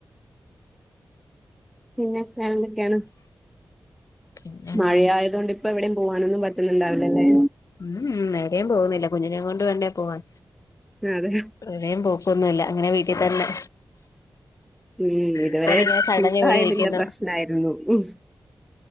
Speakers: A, in the centre; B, on the left (about 65°).
A: പിന്നെ വേറെ എന്തൊക്കെയാണ്
B: പിന്നെ
A: മഴയയതുകൊണ്ടിപ്പ എവിടെയും പോവാനൊന്നും പറ്റുന്നുണ്ടാവില്ലല്ലേ
B: ഉം ഉം എവിടേയും പോവുന്നില്ല കുഞ്ഞിനെയും കൊണ്ട് വേണ്ടേ പോവാൻ
A: അതെ
B: എവിടേയും പോക്കൊന്നുല്ല ഇങ്ങനെ വീട്ടി തന്നെ
A: ഉം
B: വീട്ടിൽ
A: ഇതുവരെ
B: തന്നെ ഇങ്ങനെ സടഞ്ഞു
A: ചൂട്ടായതിന്റെ
B: കൂടി ഇരിക്കുന്നു
A: പ്രശ്നായിരുന്നു ഉം